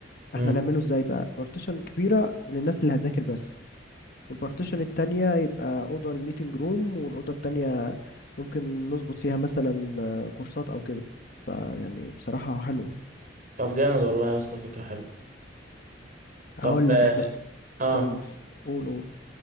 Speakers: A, on the right; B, on the left.
A: مم.
B: احنا نعمله ازاي بقى بارتيشن كبيرة للناس اللي هتذاكر بس والبارتيشن التانية يبقى أوضة الميتنج روم والأوضة التانية ممكن نظبط فيها مثلا آه، كورسات أو كده فيعني بصراحة حلوة
A: طب جامد والله يا اسطى فكرة حلوة
B: هقول
A: طب اه
B: لك احنا
A: آه.
B: قول قول قول